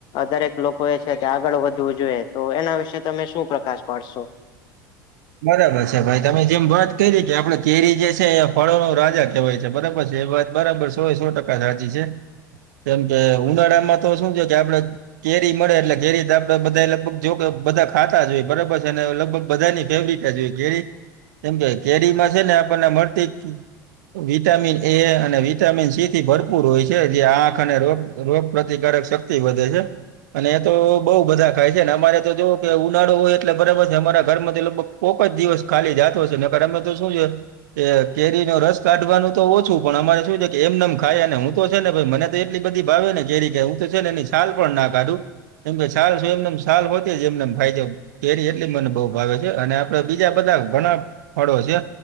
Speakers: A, on the left (about 45°); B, on the right (about 60°).
A: દરેક લોકો એ છે તે આગળ વધવું જોઈએ તો એના વિશે તમે શું પ્રકાશ પાડશો?
B: બરાબર છે ભાઈ તમે જેમ વાત કરી કે આપડે કેરી જે છે એ ફળો નો રાજા કેહેવાય છે બરાબર છે એ વાત. બરાબર સો સો ટકા સાચી છે કેમ કે ઉનાળામાં તો શું છે કે આપડે કેરી મળે એટલે કેરી તો આપડે બધા લગભગ જો કે બધા ખાતા જ હોય બરાબર છે અને લગભગ બધાની કેરી કેમ કે કેરીમાં છે ને આપણને મળતી વિટામિન એ અને વિટામિન સી થી ભરપૂર હોય છે જે આંખ અને રોગ રોગ પ્રતિકારક શક્તિ વધે છે. અને એ તો બઉ બધા ખાય છે ને અમારે તો જોવ કે ઉનાળો હોય એટલે બરાબર છે અમારા ઘરમાં થી લોકો કોક જ દિવસ ખાલી જતો હશે નેકર અમે તો શું છે. એ કેરી નો રસ કાઢવાનું તો ઓછું પણ અમારે શું છે કે એમનેમ ખાયને હું તો છે ને મને એટલી બધી ભાવે ને કેરી કે હું તો છે ને એની છાલ પણ ના કાઢું. એમ કે છાલ શું એમને છાલ વધે છે એમનેમ ફાય કેરી એટલી મને બહું ભાવે છે અને આપડે બીજા બધા ઘણા ફળો છે